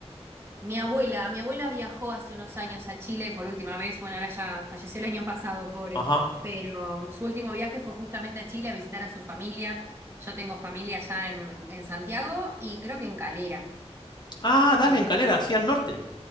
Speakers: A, on the right (about 20°); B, on the left (about 40°).
A: Mi abuela, mi abuela viajó hace unos años a Chile por última vez. Bueno, ahora ya falleció el año pasado, pobre.
B: Ajá.
A: Pero mm, su último viaje fue justamente a Chile a visitar a su familia. Yo tengo familia allá en, en Santiago y creo que en Calera.
B: Ah, dale,
A: Eh,
B: en Calera, sí, al norte.